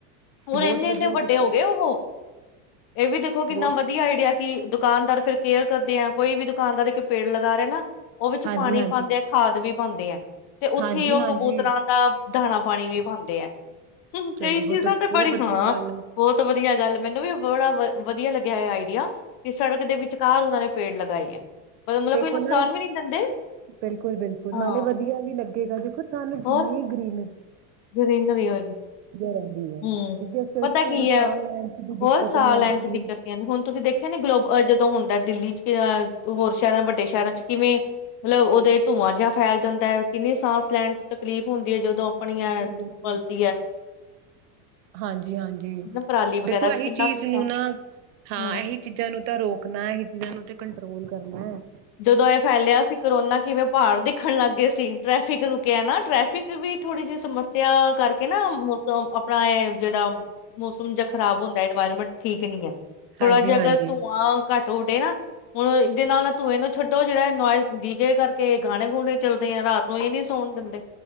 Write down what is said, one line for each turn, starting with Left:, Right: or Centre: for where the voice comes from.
Left: ਹੁਣ
Right: ਬਹੁਤ
Left: ਇੰਨੇ
Right: ਵਧੀਆ
Left: ਇੰਨੇ ਵੱਡੇ
Right: ਕੀਤਾ
Left: ਹੋ ਗਏ ਉਹੋ ਇਹ ਵੀ ਦੇਖੋ ਕਿੰਨਾ
Right: ਬਹੁਤ
Left: ਵਧੀਆ ਆਈਡੀਆ ਕਿ ਦੁਕਾਨਦਾਰ ਫਿਰ ਕੇਅਰ ਕਰਦੇ ਆ ਕੋਈ ਵੀ ਦੁਕਾਨਦਾਰ ਇੱਕ ਪੇੜ ਲਗਾ ਰਹੇ ਨਾ ਉਹ ਵਿੱਚ
Right: ਹਾਂਜੀ-ਹਾਂਜੀ,
Left: ਪਾਣੀ ਪਾਉਂਦੇ ਆ ਖਾਦ ਵੀ ਪਾਉਂਦੇ ਹੈ ਤੇ ਉੱਥੇ
Right: ਹਾਂਜੀ-ਹਾਂਜੀ
Left: ਹੀ ਉਹ ਕਬੂਤਰਾਂ ਦਾ ਦਾਣਾ ਪਾਣੀ ਵੀ ਪਾਉਂਦੇ ਆ ਹੁਨ
Right: ਚਲੋ
Left: ਕਈ
Right: ਵੋ
Left: ਚੀਜ਼ਾਂ
Right: ਤਾਂ
Left: ਤੇ
Right: ਬਹੁਤ
Left: ਬੜੀ
Right: ਵਧੀਆ
Left: ਹਾਂ
Right: ਗੱਲ ਐ।
Left: ਬਹੁਤ ਵਧੀਆ ਵਧੀਆ ਗੱਲ ਮੈਨੂੰ ਵੀ ਬੜਾ ਵ ਵਧੀਆ ਲੱਗਿਆ ਹੈ ਆਈਡੀਆ ਕਿ ਸੜਕ ਦੇ ਵਿਚਕਾਰ ਉਹਨਾਂ ਨੇ ਪੇੜ ਲਗਾਏ ਹੈ ਮਤਲਬ ਮਤਲਬ
Right: ਦੇਖੋ
Left: ਕੋਈ ਨੁਕਸਾਨ
Right: ਨਾ
Left: ਵੀ ਨਹੀਂ ਦਿੰਦੇ
Right: ਬਿਲਕੁਲ ਬਿਲਕੁਲ
Left: ਹਾਂ
Right: ਨਾਲੇ ਵਧੀਆ ਵੀ ਲੱਗੇਗਾ ਦੇਖੋ ਸਾਨੂੰ
Left: ਹੋਰ
Right: ਜਿੰਨੀ ਗ੍ਰਨਰੀ
Left: ਗਰੀਨਰੀ ਹੋਏਗੀ
Right: ਰਹਿੰਦੀ ਐ
Left: ਹਂ
Right: ਕਿਉਂਕਿ ਅਸੀਂ
Left: ਪਤਾ
Right: ਸਾਨੂੰ
Left: ਕੀ ਹੈ
Right: ਸਾਹ ਲੈਣ ਚ ਵੀ ਦਿੱਕਤ
Left: ਹੋਰ ਸਾਹ
Right: ਨੀ
Left: ਲੈਣ
Right: ਆਂਦੀ।
Left: ਚ ਦਿੱਕਤ ਨਹੀ ਆਂਦੀ, ਹੁਣ ਤੁਸੀਂ ਦੇਖਿਆ ਨੀ ਗਲੋਬ ਜਦੋਂ ਹੁੰਦਾ ਦਿੱਲੀ ਚ ਕੀ ਅ ਹੋਰ ਸ਼ਹਿਰਾਂ ਵੱਡੇ ਸ਼ਹਿਰਾਂ ਚ ਕਿਵੇਂ ਮਤਲਬ ਉਹਦੇ ਧੂੰਆਂ ਜਿਹਾ ਫੈਲ ਜਾਂਦਾ ਹੈ ਕਿੰਨੀ ਸਾਂਸ ਲੈਣ ਚ ਤਕਲੀਫ਼ ਹੁੰਦੀ ਹੈ ਜਦੋਂ ਆਪਣੀਆਂ
Right: ਬਿਲਕੁਲ ਬਿਲਕੁਲ
Left: ਬਲਦੀ ਹੈ
Right: ਹਾਂਜੀ ਹਾਂਜੀ
Left: ਨਾ ਪਰਾਲੀ ਵਗੈਰਾ
Right: ਦੇਖੋ
Left: ਤੇ
Right: ਇਹੀ
Left: ਕਿੰਨਾ
Right: ਚੀਜ਼
Left: ਨੁਕਸਾਨ
Right: ਨੂੰ ਨਾ ਹਾਂ
Left: ਹੂੰ
Right: ਇਹੀ ਚੀਜ਼ਾਂ ਨੂੰ ਤਾਂ ਰੋਕਣਾ ਇਹੀ ਚੀਜ਼ਾਂ ਨੂੰ ਤੇ ਕੰਟਰੋਲ ਕੀ ਕਰਨਾ ਐ
Left: ਜਦੋਂ ਇਹ ਫੈਲਿਆ ਸੀ ਕਰੋਨਾ ਕਿਵੇਂ ਭਾੜ ਦੀਖ ਦੇਖਣ ਲੱਗ ਗਏ ਸੀ ਟ੍ਰੈਫਿਕ ਰੁਕਿਆ ਨਾ ਟ੍ਰੈਫਿਕ ਫਿਰ ਵੀ ਥੋੜ੍ਹੀ ਜਿਹੀ ਸਮੱਸਿਆ ਕਰਕੇ ਨਾ ਮੌਸਮ ਆਪਣਾ ਇਹ <unintelligible> ਮੌਸਮ ਜਾਂ ਖ਼ਰਾਬ ਹੁੰਦਾ ਇਨਵਾਇਰਮੈਂਟ ਠੀਕ ਨਹੀਂ ਹੈ ਥੋੜ੍ਹਾ
Right: ਹਾਂਜੀ-ਹਾਂਜੀ,
Left: ਜਿਹਾ ਅਗਰ ਧੂੰਆਂ ਘੱਟ ਉਡੇ ਨਾ ਹੁਣ ਇਹਦੇ ਨਾਲ ਧੂੰਏ ਨੂੰ ਛੱਡੋ ਜਿਹੜਾ ਨੋਇਜ਼ ਡੀ ਜੇ ਕਰਕੇ ਗਾਣੇ ਗੂਣੇ ਚੱਲਦੇ ਆ ਰਾਤ ਨੂੰ ਇਹ ਨੀ ਸੌਣ ਦਿੰਦੇ